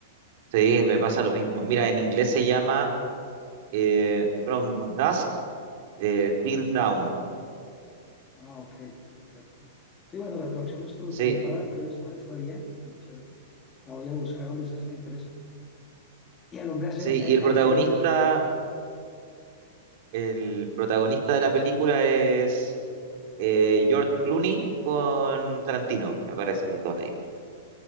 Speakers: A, on the right; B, on the left.
A: sí, me pasa lo mismo. Mira, en inglés se llama eh, From Dusk eh, Till Dawn.
B: Ah, ok, perfecto. Sí, bueno, la traducción no estuvo
A: Sí,
B: tan errada, pero está, está bien, y chévere. La voy a buscar, hombre, eso sí me interesa. Y al hombre hace,
A: sí,
B: eh, eh,
A: y el protagonista,
B: eh, le-
A: el protagonista de la película es eh, George Clooney con Tarantino, me parecen los dos ahí.